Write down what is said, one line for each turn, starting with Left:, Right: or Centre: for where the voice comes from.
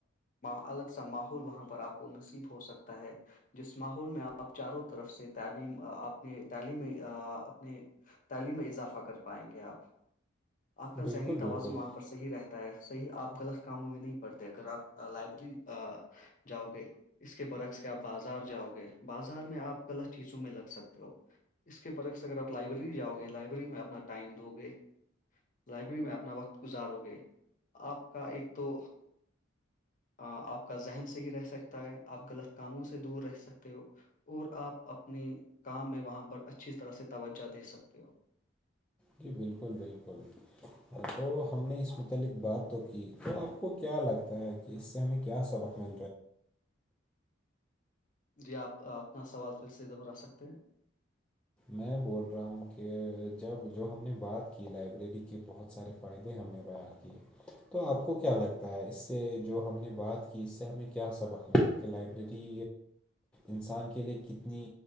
Left: الگ سا ماحول وہاں پر آپ کو ن ہو سکتا ہے جس ماحول میں آپ چاروں طرف سے تعلیم اپنے تعلیمی اپنے تعلیم میں اضافہ کر پائیں گے آپ آپ کا
Centre: بالکل
Left: ذہنی توازن
Centre: بالکل
Left: وہاں پر صحیح رہتا ہے صحیح آپ غلط کاموں میں نہیں پڑتے اگر آپ لائبریری جاؤ گے اس کے برعکس کے آپ بازار جاؤ گے بازار میں آپ غلط چیزوں میں لگ سکتے ہو اس کے برعک سے اگر آپ لائبریریاؤ گے لائبریری میں اپنا ٹائم دو گے لائبریری میں اپنا وقت گزارو گے آپ کا ایک دو آپ کا ذہن صحیح رہ سکتا ہے آپ غلط کاموں سے دور رہ سکتے ہو اور آپ اپنی کام میں وہاں پر اچھی طرح سے توجہ دے سکتے ہو
Centre: جی بالکل بالکل
Left: <inaudible>
Centre: تو ہم نے اس متعلق بات تو کی تو آپ کو کیا لگتا ہے کہ اس سے ہمیں کیا سبق <unintelligible> <inaudible> مے
Left: جی آپ اپنا سوال پھر سے دہرا سکتے ہیں
Centre: میں بول رہا ہوں کہ جب جو ہم نے بات کی لائبریری کے بہت سارے فائدے ہم نے بیان کیے تو آپ کو کیا لگتا ہے اس سے جو ہم نے بات کی اس سے ہمیں کیا سبق میں آ کہ لائبریری انسان کے لیے کتنی